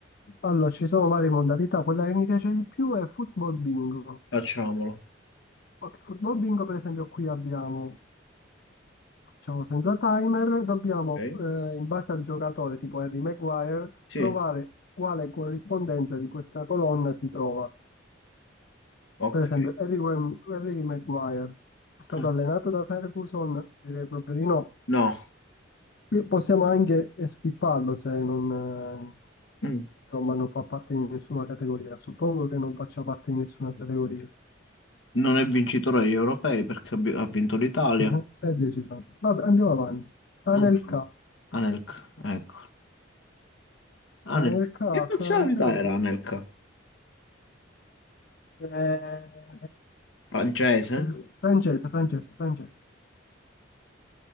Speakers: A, on the left; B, on the left.
A: Allora, ci sono varie modalità. Quella che mi piace di più è football bingo.
B: Facciamolo.
A: Ok, football bingo, per esempio, qui abbiamo, facciamo senza timer, dobbiamo,
B: Ok.
A: eh, in base al giocatore, tipo Harry Maguire,
B: Sì,
A: trovare quale corrispondenza di questa colonna si trova.
B: ok.
A: Per esempio, Harry, Wem- Harry Maguire è stato
B: Eh,
A: allenato da Ferguson? Direi proprio di no.
B: No,
A: Qui Possiamo anche eh, skipparlo se non, eh,
B: mm,
A: insomma, non fa parte di nessuna categoria. Suppongo che non faccia parte di nessuna categoria.
B: non è vincitore agli europei perché ha vi- ha vinto l'Italia.
A: <laughs> È deciso. Vabbè, andiamo avanti. Anelka,
B: Ma- mm. Anelka, ecco. Anelka.
A: Anelka
B: Che nazionalità
A: francese.
B: era Anelka?
A: Eh,
B: Francese?
A: se- francese, francese, francese.